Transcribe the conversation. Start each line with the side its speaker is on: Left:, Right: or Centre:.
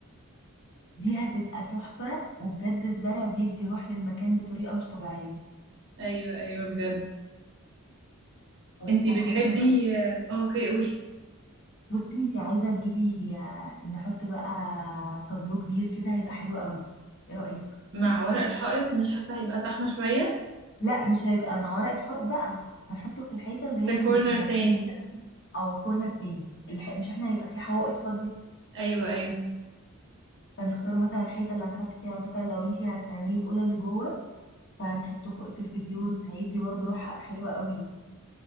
Left: دي هتبقى تحفه وبجد الزرع بيدي روح للمكان بطريقه مش طبيعيه
Right: ايوه ايوه بجد
Left: هقول
Right: انتي
Left: لك على
Right: بتحبي
Left: حاجه كمان
Right: آه، اوكي قولي
Left: بصي انت عايزه تجيبي آه، نحط بقى طابلو كبير كده هيبقى حلو قوي ايه رايك
Right: مع ورق الحائط مش حاسه هيبقى زحمه شويه
Left: لا مش هيبقى مع ورق الحائط بقى هنحطه في الحيطه اللي هي
Right: في كورنر
Left: اللي اللي
Right: تاني
Left: هتكون او كورنر تاني الح... مش احنا هيبقى في حوائط فاضيه
Right: ايوه ايوه
Left: فنختار مثلا الحيطه اللي هنحط فيها مثلا لو انتي هتعملي الاوضه اللي جوه فهنحطه فوق التلفزيون هيدي برضو روح حلوه قوي